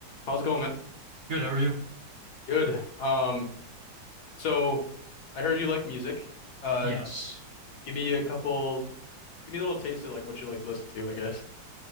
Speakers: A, on the left; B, on the right.
A: How's it going, man?
B: Good, how are you?
A: Good. Um, so I heard you like music. Uh,
B: Yes.
A: give me a couple, give me a little taste of like what you like to listen to, I guess.